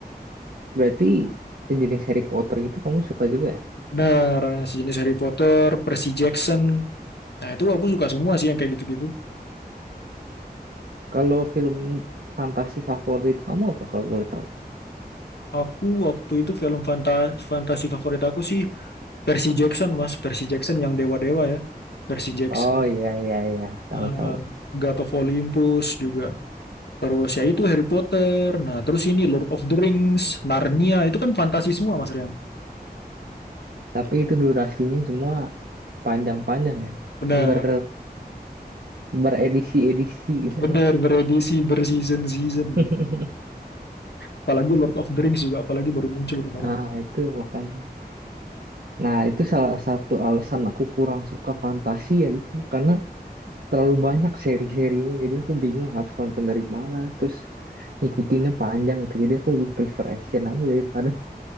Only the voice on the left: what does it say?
Benar, sejenis Harry Potter, Percy Jackson. Nah, itu aku suka semua sih yang kayak gitu-gitu.
Aku waktu itu film fanta fantasi favorit aku sih Percy Jackson, Mas. Percy Jackson yang dewa-dewa ya. Percy Jackson.
Uh,
God of Olympus juga. Terus ya itu Harry Potter. Nah, terus ini Lord of the Rings, Narnia. Itu kan fantasi semua, Mas Rian.
Benar,
benar beredisi berseason-season.
Apalagi Lord of the Rings juga, apalagi baru muncul kemarin.